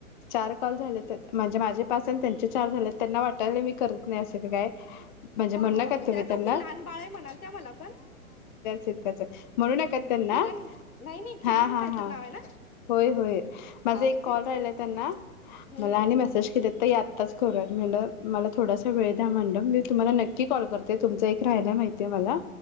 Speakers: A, on the left; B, on the left.
A: चार कॉल झाले त्या -- म्हणजे माझे पाच अन त्यांचे चार झालेत त्यांना वाटालंय मी करत नाय असं की काय म्हणजे
B: हा
A: म्हणू
B: हा
A: नका
B: हा म
A: तुम्ही
B: त्याच
A: त्यांना
B: असतील लहान बाळ आहे म्हणाल्या त्या मला पण
A: ते त्याचच म्हणूनच ते त्यांना
B: किरण नाही नाही
A: हा
B: किरण
A: हा
B: काय
A: हा
B: तर नाव आहे ना
A: होय होय माझा
B: हा मग
A: एक कॉल
B: तेच
A: राहिला
B: की
A: आहे त्यांना
B: हम्म
A: मला
B: हम्म
A: आणि
B: हम्म
A: मॅसेज केले ताई आताच करूयातं मी म्हटलं मला थोडासा वेळ द्या म्हटलं मी तुम्हाला नक्की कॉल करते तुमचा एक राहिलाय माहितीये मला